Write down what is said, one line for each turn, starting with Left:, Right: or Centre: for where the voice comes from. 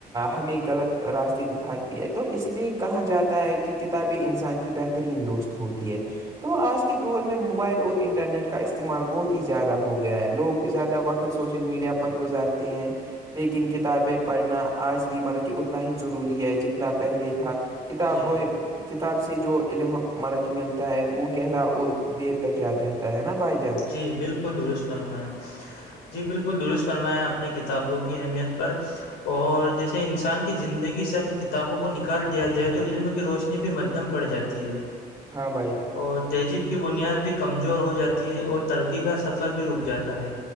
Right: ہمیں غلط راستے دکھاتی ہے تو اس لیے کہاں جاتے ہے کہ کتابیں انسان کی بہترین دوست ہوتی ہے تو آج کے دور میں موبائل اور انٹرنیٹ کا استعمال بہت
Left: جی
Right: ہی زیادہ ہو گیا ہے لوگ زیادہ وقت سے سوشل میڈیا پر گزارتے ہیں لیکن کتابیں پڑھنا آج بھی مطلب کہ اتنا ہی ضروری ہے جتنا پہلے تھا <unintelligible>
Left: جی
Right: کتاب سے جو علم ملک ملتا ہے وہ گہرا اور دیر تک یاد رہتا ہے نا بھائی ج
Left: جی بالکل درست فرمایا جی بالکل درست فرمایا اپنی کتابوں کی اہمیت پر اور جیسے انسان کی زندگی سے اگر کتابوں کو نکال دیا جائے تو علم کی روشنی انی بھی مدم پڑ جاتی ہے
Right: ہاں بھائی جے
Left: اور تہذیب کی بنیاد بھی کمزور ہو جاتی ہے اور ترقی کا سفر بھی رک جاتا ہے